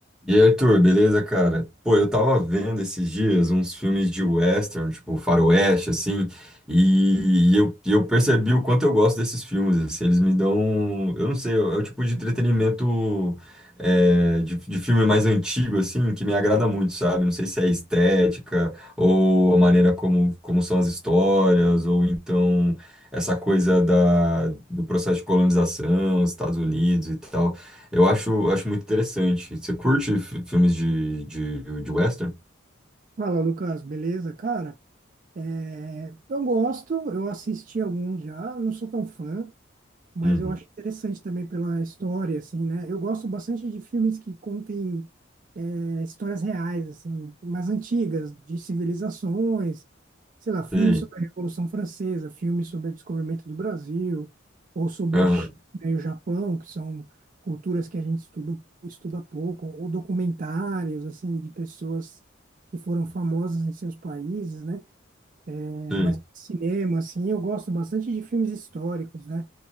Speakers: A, in the centre; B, on the right (about 40°).
A: E aí, Arthur, beleza, cara? Pô, eu tava vendo esses dias uns filmes de western, tipo faroeste, assim, e, e eu, e eu percebi o quanto eu gosto desses filmes, assim, eles me dão, eu não sei, é o tipo de entretenimento é, de, de filme mais antigo, assim, que me agrada muito, sabe? Não sei se é a estética, ou a maneira como, como são as histórias, ou então essa coisa da, do processo de colonização, Estados Unidos e tal. Eu acho, acho muito interessante. Você curte f- filmes de, de, de western?
B: Fala, Lucas, beleza? Cara, é, eu gosto, eu assisti alguns já, não sou tão fã, mas
A: Uhum.
B: eu acho interessante também pela história, assim, né? Eu gosto bastante de filmes que contem é, histórias reais, assim, mais antigas, de civilizações, sei lá, filmes
A: Sei.
B: sobre a Revolução Francesa, filmes sobre o descobrimento do Brasil, ou sobre
A: Aham.
B: a China e o Japão, que são culturas que a gente estuda, estuda pouco, ou documentários, assim, de pessoas que foram famosas em seus países, né? É,
A: Sei.
B: mas cinema, assim, eu gosto bastante de filmes históricos, né?